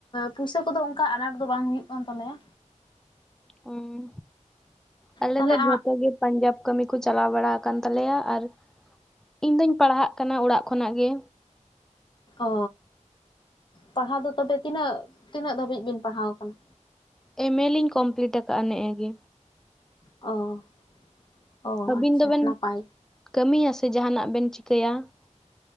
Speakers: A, on the left; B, in the centre.
A: ᱯᱩᱭᱥᱟᱹ ᱠᱚᱫᱚ ᱚᱝᱠᱟ ᱟᱱᱟᱴ ᱫᱚ ᱵᱟᱝ ᱦᱩᱭᱩᱜ ᱠᱟᱱ ᱛᱟᱞᱮᱭᱟ
B: ᱦᱩᱸ ᱟᱞᱮ
A: ᱛᱟᱦᱚᱞᱮ
B: ᱫᱚ ᱡᱷᱚᱛᱚ ᱜᱮ ᱯᱟᱧᱡᱟᱵᱽ ᱠᱟᱹᱢᱤ ᱠᱚ ᱪᱟᱞᱟᱣ ᱵᱟᱲᱟ ᱟᱠᱟᱱ ᱛᱟᱞᱮᱭᱟ ᱟᱨ ᱤᱧ ᱫᱩᱧ ᱯᱟᱲᱦᱟᱜ ᱠᱟᱱᱟ ᱚᱲᱟᱜ ᱠᱷᱚᱱᱟᱜ ᱜᱮ
A: ᱚ, ᱯᱟᱲᱦᱟᱣ ᱫᱚ ᱛᱚᱵᱮ ᱛᱤᱱᱟᱹᱜ ᱛᱤᱱᱟᱹᱜ ᱫᱷᱟᱹᱵᱤᱡ ᱵᱤᱱ ᱯᱟᱲᱦᱟᱣ ᱟᱠᱟᱱᱟ
B: ᱮᱢ ᱮ ᱞᱤᱧ ᱠᱚᱢᱯᱞᱤᱴ ᱟᱠᱟᱜᱼᱟ ᱱᱮᱜ-ᱮ ᱜᱮ
A: ᱚ ᱚ
B: ᱟᱹᱵᱤᱱ
A: ᱟᱪᱪᱷᱟ
B: ᱫᱚᱵᱮᱱ
A: ᱱᱟᱯᱟᱭ
B: ᱠᱟᱹᱢᱤᱭᱟ ᱥᱮ ᱡᱟᱦᱟᱱᱟᱜ ᱵᱮᱱ ᱪᱤᱠᱟᱹᱭᱟ